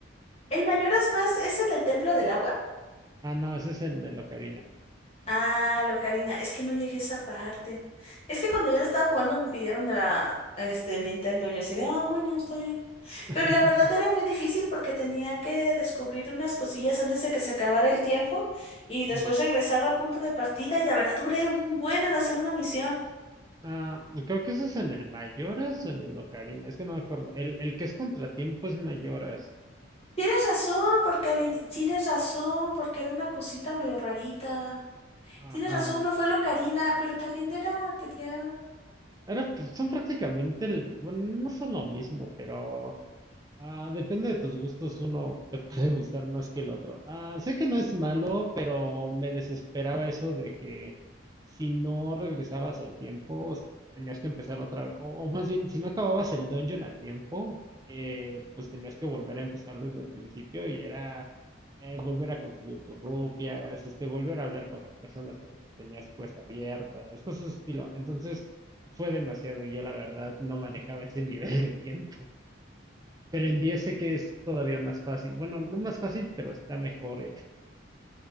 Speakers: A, on the left (about 30°); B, on the right (about 20°).
A: El mayor es más, es el del Templo del Agua.
B: Ah, no, ese es en el Ocarina.
A: Ah, lo Karina, es que no llegué a esa parte. Es que cuando yo la estaba jugando me pidieron la, este, el Nintendo. Yo así de, ah, bueno, está bien.
B: Ujú.
A: Pero la verdad era muy difícil porque tenía que descubrir unas cosillas antes de que se acabara el tiempo y después
B: <laughs>
A: regresaba al punto de partida y la verdad duré un buen en hacer una misión.
B: Ah, creo que ese es en el Mayoras o en el Ocarina, es que no me acuerdo. El, el que es contratiempo es Mayoras.
A: Tienes razón, porque al in- tienes razón, porque era una cosita medio rarita.
B: Ajá.
A: Tienes razón, no fue lo Karina, pero también era, tenía
B: Ahora, pues, son prácticamente, el- bueno, no son lo mismo, pero... Ah, depende de tus gustos, uno te puede gustar más que el otro. Ah, sé que no es malo, pero me desesperaba eso de que si no regresabas el tiempo, s- tenías que empezar otra vez. O, o más bien, si no acababas el dungeon a tiempo, eh, pues tenías que volver a empezar desde el principio y era eh, volver a conseguir tus rupias, este, volver a hablar con las personas con las que tenías cuesta abierta, cosas de ese estilo. Entonces fue demasiado y yo la verdad no manejaba ese <laughs> nivel de tiempo. Pero en 10 sé que es todavía más fácil. Bueno, no más fácil, pero está mejor hecho.